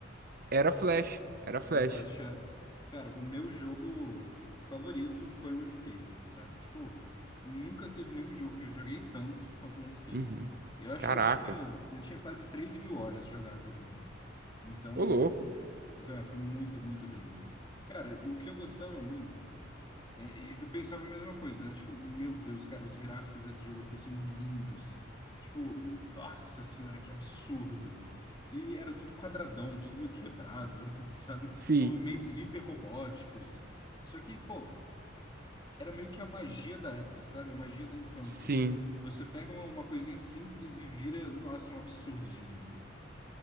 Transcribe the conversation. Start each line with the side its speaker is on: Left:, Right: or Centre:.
Right: Era Flash, era Flash.
Left: Era flecha. Cara, o meu jogo favorito foi RuneScape, sabe? Tipo, nunca teve nenhum jogo que eu joguei tanto quanto RuneScape.
Right: Uhum.
Left: Eu acho
Right: Caraca,
Left: que eu tinha, eu tinha quase três mil horas jogadas nele. Então,
Right: ô louco.
Left: então é, foi muito, muito tempo. Cara, e o que eu gostava muito é, e eu pensava a mesma coisa, né? Tipo, meu Deus, cara, os gráficos desse jogo aqui são lindos. Tipo, nossa senhora, que absurdo. E era tudo quadradão, tudo meio quebrado, <laughs> sabe?
Right: Sim,
Left: Movimentos hiperrobóticos. Só que, pô, era meio que a magia da época, sabe? A magia da infância.
Right: sim.
Left: Você pega uma, uma coisinha simples e vira, nossa, um absurdo de lindo.